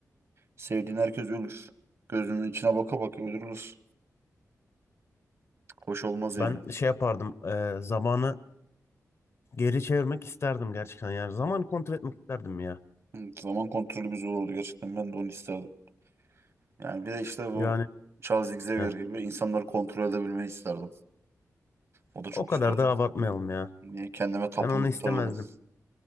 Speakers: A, on the right; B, on the left.
A: Sevdiğin herkes ölür. Gözünün içine baka baka öldürülür. Hoş olmaz yani.
B: Ben şey yapardım. e, zamanı Geri çevirmek isterdim gerçekten yani. Zaman kontrol etmek isterdim ya.
A: Hı, Zaman kontrolü güzel olurdu gerçekten. Ben de onu isterdim. Yani bir de işte bu
B: Yani
A: Charles Xavier
B: heh,
A: gibi insanları kontrol edebilmeyi isterdim. O da çok
B: o
A: güzel
B: kadar
A: olurdu.
B: da abartmayalım ya.
A: Niye kendime tapındırırdım.
B: Ben onu istemezdim.